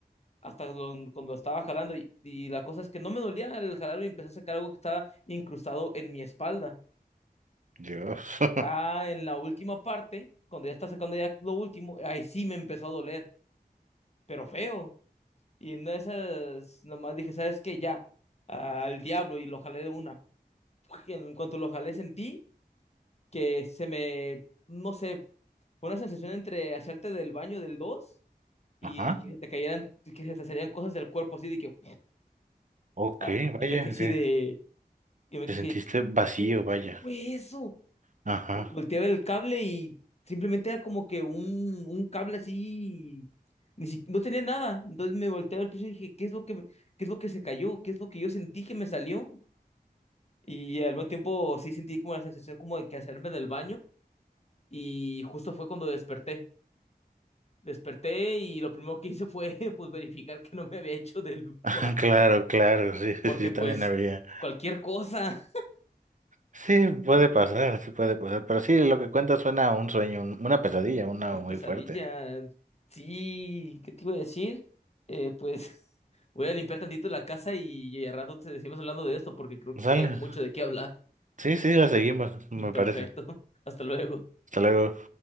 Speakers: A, on the left; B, on the right.
A: hasta lo- cuando estaba jalando. Y, y la cosa es que no me dolía el jalarlo y empecé a sacar algo que estaba incrustado en mi espalda.
B: Dios. <laughs>
A: Ya en la última parte, cuando ya está sacando ya lo último, ahí sí me empezó a doler, pero feo. Y en una de esas nomás dije, ¿sabes qué? Ya, al diablo y lo jalé de una. <laughs> En cuanto lo jalé sentí que se me, no sé, fue una sensación entre hacerte del baño del 2 y
B: Ajá.
A: que se te cayeran, que se te salieran cosas del cuerpo así de que
B: Ok,
A: ah,
B: vaya,
A: yo me quedé así
B: que
A: de, yo me
B: te
A: quedé
B: sentiste
A: así
B: vacío,
A: de, ¿qué
B: vaya.
A: qué fue eso?
B: Ajá.
A: Vo- Volteé a ver el cable y simplemente era como que un, un cable así, ni si- no tenía nada, entonces me volteé a ver el piso y dije, ¿qué es lo que, me- qué es lo que se cayó? ¿Qué es lo que yo sentí que me salió? Y al mismo tiempo sí sentí como la sensación como de que hacerme del baño y justo fue cuando desperté. Desperté y lo primero que hice fue <laughs> pues verificar que no me había hecho del
B: <laughs>
A: <laughs>
B: Claro, claro, sí, <laughs>
A: Porque
B: sí, yo
A: pues
B: también habría.
A: cualquier cosa,
B: Sí, puede pasar, sí puede pasar, pero sí, lo que cuenta suena a un sueño, un- una pesadilla,
A: <laughs>
B: una
A: una
B: muy
A: pesadilla.
B: fuerte.
A: Sí, ¿qué te iba a decir? Eh, pues <laughs> voy a limpiar tantito la casa y, y al rato te seguimos hablando de esto porque creo que
B: Sale.
A: queda mucho de qué hablar.
B: Sí, sí, la seguimos, me
A: <laughs> Perfecto.
B: parece.
A: <laughs> Hasta luego.
B: Hasta luego.